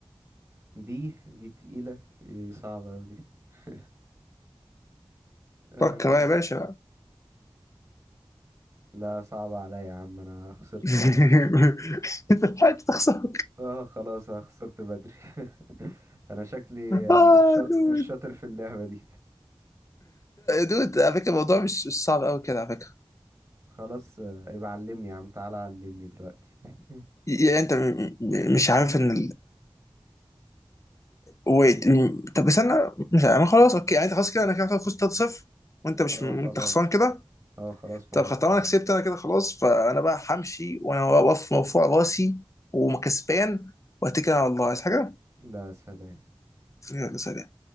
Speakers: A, on the right; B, on the left.
A: بي بي تقيله إيه صعبه اوي دي <laughs> أه
B: فكر بقى يا باشا
A: لا صعبه عليا يا عم انا خسرت
B: <laughs>
A: خلاص
B: انت لحقت تخسر
A: اه خلاص انا خسرت بدري <laughs> انا شكلي
B: اه
A: مش شا...
B: دود
A: مش شاطر في اللعبة دي
B: دود على فكره الموضوع مش مش صعب قوي كده على فكره
A: خلاص آه، يبقى علمني يا عم تعالى علمني دلوقتي <laughs>
B: يعني انت م- م- مش عارف ان ويت طب استنى مش انا خلاص اوكي يعني انت خلاص كده انا كده فزت 3-0 وانت مش
A: اه
B: انت
A: خلاص
B: خسران كده
A: اه خلاص
B: طب
A: مبروك
B: خلاص طالما
A: يا عم
B: انا كسبت انا كده خلاص فانا بقى همشي وانا واقف مرفوع راسي وكسبان واتكل على الله عايز حاجه؟
A: لا سلام
B: يلا سلام